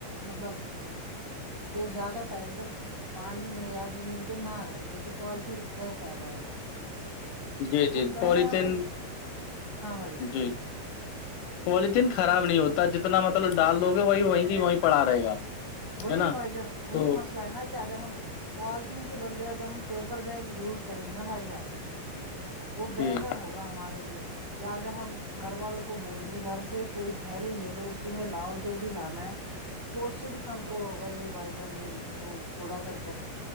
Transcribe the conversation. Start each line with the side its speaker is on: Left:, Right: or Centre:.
Right: مطلب جو زیادہ ٹائم تک پانی میں یا زمین پہ نہ رہے جیسے پالیتھیین رہتا ہے بھائی جان
Left: جی
Right: تو
Left: جی
Right: پہلے
Left: پلیتین
Right: ہمیں ہاں بھائی جان
Left: جی پولیتھیین خراب نہیں ہوتا جتنا مطلب ڈال دوو گے وہی وہیں کی وہیں پڑا رہے گا
Right: وہی
Left: ہے نا
Right: وجہ وہی
Left: تو
Right: مسئلہ ہے نا کہ اگر ہم پالتھین کے بدلے اگر ہم پیپر بیگ یوز کریں گے نا بھائی جان وہ بہتر
Left: جی
Right: ہوگا ہمارے لیے یا اگر ہم گھر والوں کو بولیں گے گھر سے کوئی تھیلی لے لو اسی میں لاؤ جو بھی لانا ہے تو اس سے بھی کنٹرول ہوگا یہ بائی جان یہ جو کوڑا کرکٹ